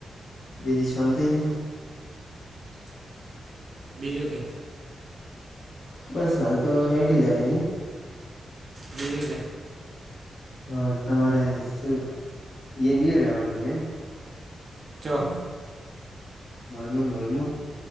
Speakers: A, on the left (about 70°); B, on the right (about 40°).
A: બીજી શાંતિ છે?
B: બીજું કે.
A: બસ હાલ તો હેડી જાય છે. <inaudible>
B: બીજું કે
A: હા તમારે શું યનય રેવાનું છે એમ?
B: ચ્યો?
A: મલમન મલમ.